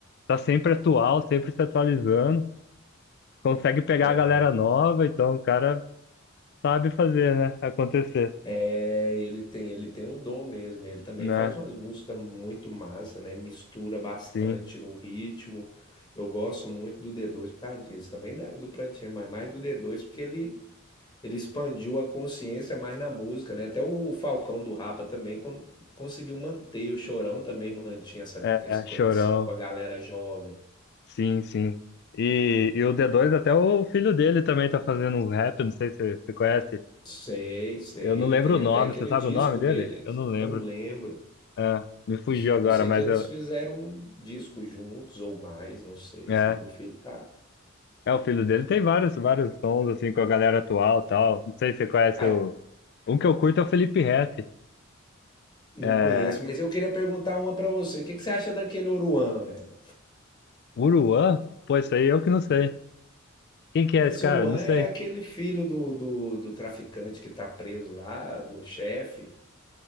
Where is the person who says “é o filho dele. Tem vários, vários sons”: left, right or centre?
Left